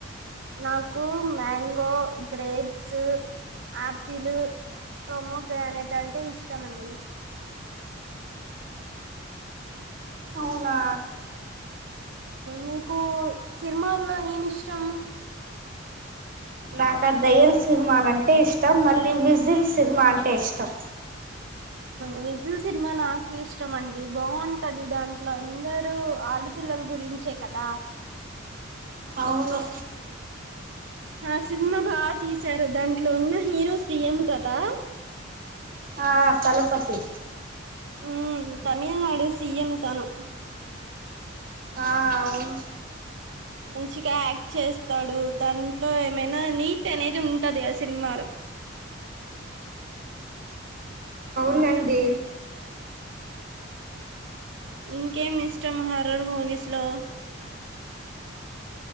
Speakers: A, on the right; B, on the right.
A: నాకు mango grapes apple pomegranate అంటే ఇష్టమ అండి
B: అవునా
A: మీకు సినిమాల్లో ఏమి ఇష్టం
B: నాకా దయల్ సినిమాాలంటే అంటే ఇష్టం మళ్ళీ విజిల్ సినిమా అంటే ఇష్టం
A: విజిల్ సినిమా నాకు ఇష్టం అండి బాగుంటది దాంట్లో అందరుూ ఆడపిల్లల గురించే కదా
B: అవును
A: ఆ సినిమా బాగా తీశారు దాంట్లో ఉన్న హీరోస్ దిఎం కదా
B: ఆ తలకు పతి
A: ఉ తమిళనాడు సిీఎం తను
B: ఆ అవును
A: మంచిగా యాక్ట్ చేస్తాడు దాంట్లో ఏమైనా నీటి అనేది ఉంటది ఆ సినిమాలో
B: న్నాండి
A: ఇంకేమి ఇష్టం హారర్ మూవీస్ లో